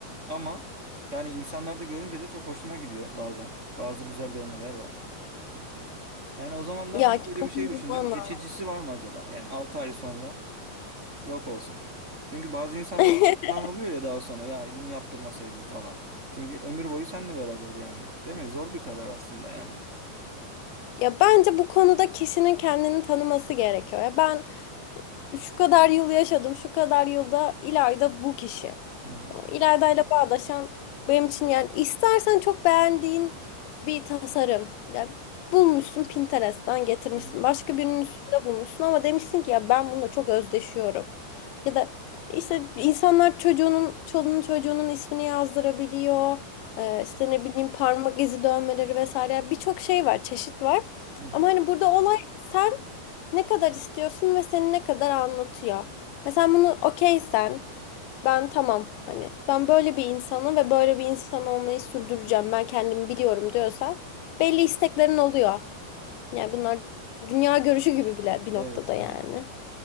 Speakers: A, on the right; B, on the left.
A: Ama yani insanlarda görünce de çok hoşuma gidiyor bazen. Bazı güzel dövmeler var. Yani o zaman da
B: Ya
A: hani
B: kendini
A: böyle bir şey düşündüm.
B: bulman
A: Geçicisi
B: lazım.
A: var mı acaba? Yani 6 ay sonra yok olsun. Çünkü bazı insanlar
B: <laughs>
A: kan alıyor ya daha sonra ya bunu yaptırmasaydım falan. Çünkü ömür boyu seninle beraber yani. Değil mi? Zor bir karar aslında yani.
B: Ya bence bu konuda kişinin kendini tanıması gerekiyor. Ya ben Şu kadar yıl yaşadım, şu kadar yılda İlayda bu kişi.
A: Hı hı.
B: Tamam, İlayda ile bağdaşan benim için yani istersen çok beğendiğin bir tasarım. Ya bulmuşsun Pinterest'ten getirmişsin.
A: Hı hı.
B: Başka birinin üstünde bulmuşsun ama demişsin ki ya ben bununla çok özdeşiyorum. Ya da işte insanlar çocuğunun, çoluğunun çocuğunun ismini yazdırabiliyor. Ee, işte ne bileyim parmak izi dövmeleri vesaire. Birçok şey var, çeşit var.
A: Hı hı.
B: Ama hani burada olay sen ne kadar istiyorsun ve seni ne kadar anlatıyor. Ha, sen bunu okeysen ben tamam hani ben böyle bir insanım ve böyle bir insan olmayı sürdüreceğim ben kendimi biliyorum diyorsan belli isteklerin oluyor. Yani bunlar dünya görüşü gibi bile bir noktada
A: Evet, evet.
B: yani.
A: Ya,